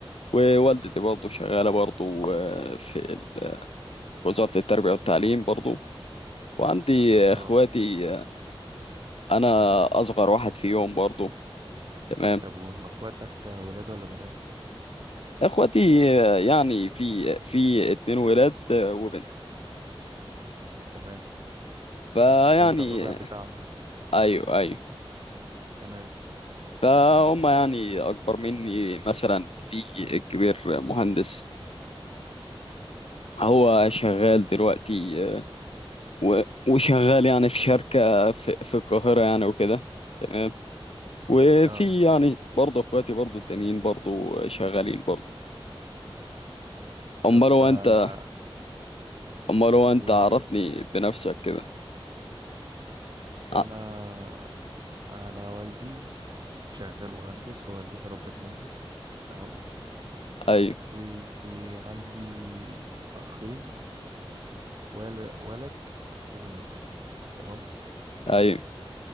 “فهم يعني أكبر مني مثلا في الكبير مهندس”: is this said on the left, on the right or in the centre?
Left